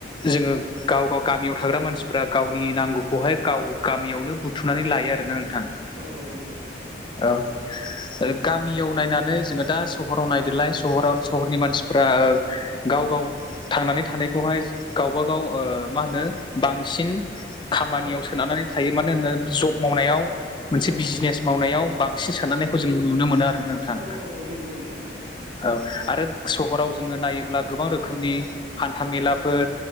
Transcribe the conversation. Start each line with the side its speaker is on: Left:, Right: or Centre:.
Left: जोङो गाव गाव गामियाव थाग्रा मानसिफ्रा गावनि नांगौखौहाय गाव, गामियावनो बुथुमनानै लायो आरोना नोंथां,
Right: औ औ नंगौ नोंथां औ
Left: औ गामियाव नायनानै जोङो दा सहराव नायदोलाय सहराव सहरनि मानसिफोरा ओ, गाव गाव थांनानै थानायखौहाय गावबागाव ओ मा होनो बांसिन, खामानियाव
Right: औ
Left: सोनारनानै थायो मानो होना जब मावनायाव,
Right: औ
Left: मोनसे
Right: औ
Left: बिजिनेस मावनायाव बांसिन सोनारनायखौ जों नुनो मोनो आरोना नोंथां,
Right: औ औ नंगौ नोंथां नंगौ
Left: औ आरो सहराव जोङो नायोब्ला गोबां रोखोमनि हान्था मेलाफोर